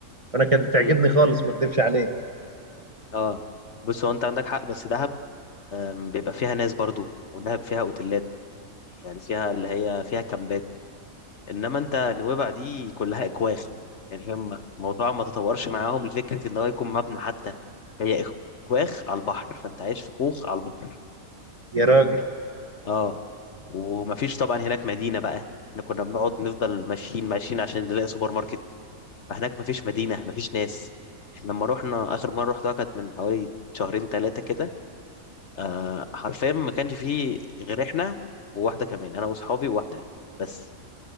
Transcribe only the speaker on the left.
امم
اه بص هو انت عندك حق بس دهب أم، بيبقى فيها ناس برضو ودهب فيها اوتيلات يعني فيها اللي هي فيها كامبات انما انت نويبع دي كلها اكواخ يعني فاهم الموضوع ما تطورش معاهم لفكره ان هو يكون مبنى حتى هي إخ- اكواخ على البحر فانت عايش في كوخ على البحر
اه ومفيش طبعا هناك مدينه بقى احنا كنا بنقعد نفضل ماشيين ماشيين عشان نلاقي سوبر ماركت فهناك مفيش مدينه مفيش ناس إحنا لما رحنا اخر مره رحتها كانت من حوالي شهرين ثلاثه كده آه حرفيا ما كانش فيه غير احنا وواحده كمان انا واصحابي وواحده بس